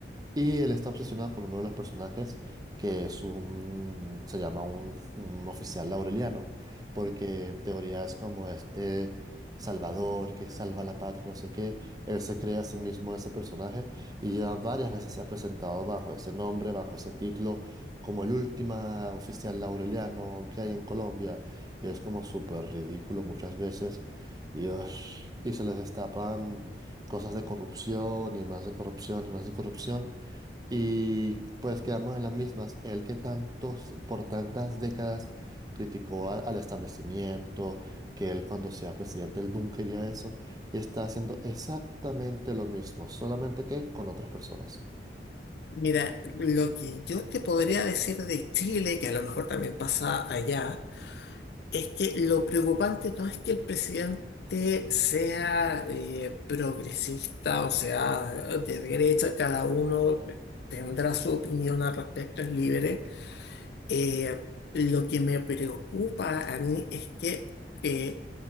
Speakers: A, on the right; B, on the left.
A: y él está obsesionado con uno de los personajes, que es un, se llama un, un oficial laureliano, porque en teoría es como este salvador que salva la patria, no sé qué. Él se crea a sí mismo ese personaje y ya varias veces se ha presentado bajo ese nombre, bajo ese título, como el último oficial laureliano que hay en Colombia. Y es como súper ridículo muchas veces. Y, ush, y se les destapan cosas de corrupción y más de corrupción y más de corrupción. Y pues quedamos en las mismas. Él que tantos, por tantas décadas criticó a- al establecimiento, que él cuando sea presidente, él nunca haría eso, y está haciendo exactamente lo mismo, solamente que con otras personas.
B: Mira, lo que yo te podría decir de Chile, que a lo mejor también pasa allá, es que lo preocupante no es que el presidente sea eh, progresista o sea de derecha, cada uno tendrá su opinión al respecto, es libre. Eh, lo que me preocupa a mí es que eh,